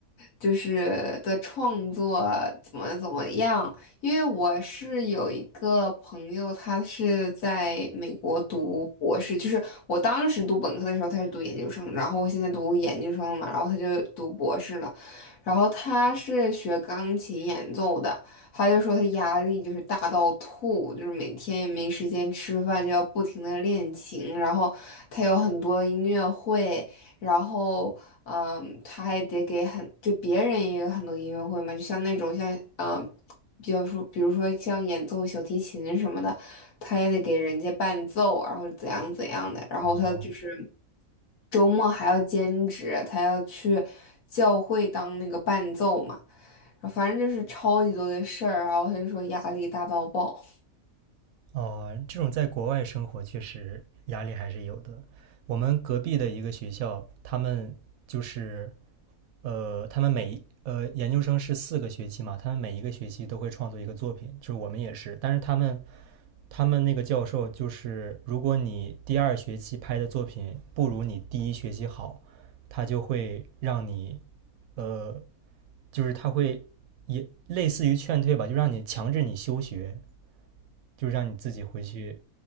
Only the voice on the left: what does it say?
就是的创作怎么怎么样。因为我是有一个朋友，他是在美国读博士，就是我当时读本科的时候他是读研究生，然后我现在读研究生了嘛，然后他就读博士了，然后他是学钢琴演奏的。他就说他压力就是大到吐，就是每天也没时间吃饭，就要不停的练琴。然后他有很多音乐会，然后嗯，他还得给很就别人也有很多音乐会嘛，就像那种像嗯，比较说比如说像演奏小提琴什么的，他也得给人家伴奏，然后怎样怎样的。然后他就是
周末还要兼职，他要去教会当那个伴奏嘛。反正就是超级多的事儿，然后他就说压力大到爆。